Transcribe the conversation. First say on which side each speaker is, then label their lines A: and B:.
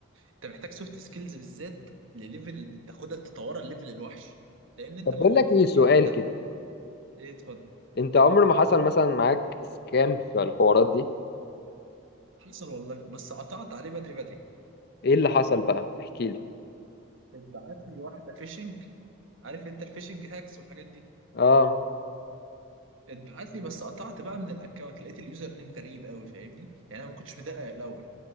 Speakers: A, on the right; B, on the left.
A: انت محتاج سوفت سكيلز بالذات لليفل تاخدها تطورها الليفل الوحش لان انت
B: طب
A: ممكن
B: بقول لك ايه سؤال
A: يعني انت
B: كده
A: ايه اتفضل
B: انت عمر ما حصل مثلا معاك سكام في الحوارات دي
A: حصل والله بس قطعت عليه بدري بدري
B: ايه اللي حصل بقى احكي لي
A: اتبعت لي واحده فيشنج عارف انت الفيشنج هاكس والحاجات دي
B: اه
A: اتبعت لي بس قطعت بقى من الاكونت لقيت اليوزر نيم غريب قوي فاهمني يعني انا ما كنتش مدقق الاول